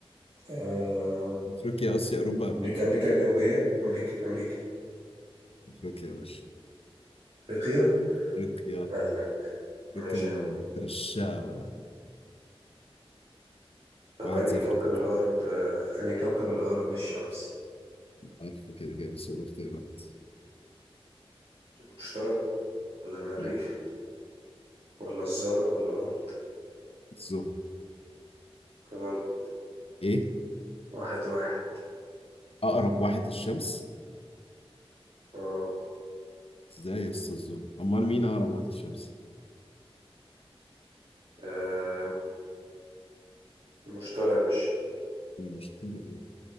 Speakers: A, on the right; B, on the left.
A: آه،
B: افريقيا اسيا اوروبا امريكا
A: امريكا امريكا الجنوبية امريكا امريكا
B: افريقيا يا باشا
A: افريقيا
B: افريقيا
A: قال لك
B: افريقيا
A: ماشي
B: دي
A: يا
B: من
A: عم
B: مترشقة
A: طب
B: واحد
A: انهي
B: صفر
A: كوكب
B: كده
A: الاقرب آه، انهي كوكب الاقرب للشمس
B: عارفه كده كده بس هو اختيارات
A: المشتري ولا المريخ
B: لا
A: ولا الزهرة ولا الارض
B: الزهر
A: غلط
B: ايه
A: واحد واحد
B: اقرب واحد للشمس
A: اه
B: ازاي يا اسطى الزهر امال مين اقرب واحد للشمس
A: آه، المشتري يا باشا
B: مش كده إيه؟